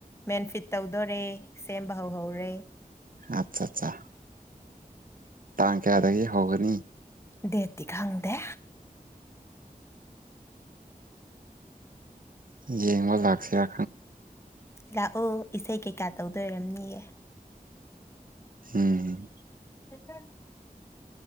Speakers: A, on the left; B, on the right.
A: ꯃꯦꯟꯐꯤꯠ ꯇꯧꯗꯣꯔꯦ ꯁꯦꯝꯕ ꯍꯧꯍꯧꯔꯦ
B: ꯑꯠꯆꯥ ꯑꯠꯆꯥ ꯇꯥꯡ ꯀꯌꯥꯗꯒꯤ ꯍꯧꯒꯅꯤ
A: ꯗꯦꯗꯇꯤ ꯈꯪꯗꯦ
B: ꯌꯦꯡꯕ ꯂꯥꯛꯁꯤꯔ
A: ꯂꯥꯛꯑꯣ ꯏꯁꯩ ꯀꯩꯀꯥ ꯇꯧꯗꯣꯏꯔꯝꯅꯤꯌꯦ
B: ꯍꯝ
A: ꯍꯦꯆ